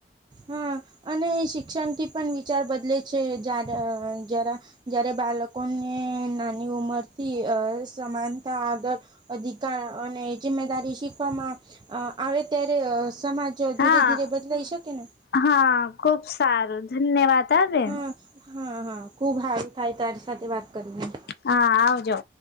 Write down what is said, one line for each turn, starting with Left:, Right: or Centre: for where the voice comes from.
Right: હા! અને એ શિક્ષણથી પણ વિચાર બદલે છે જાડ જરા જયારે બાલક લોકોને નાની ઉંમરથી અસમાનતા આદર અધિકાર અને જીમેદારી શીખવામાં અ આવે ત્યારે અ સમાજ
Left: હા
Right: ધીરે ધીરે બદલાઈ શકે ને?
Left: હા! ખૂબ સારું ધન્યવાત હ બેન
Right: હા હા હા ખુબ સારું થાય તારી સાથે વાત કરીને
Left: હા આવજો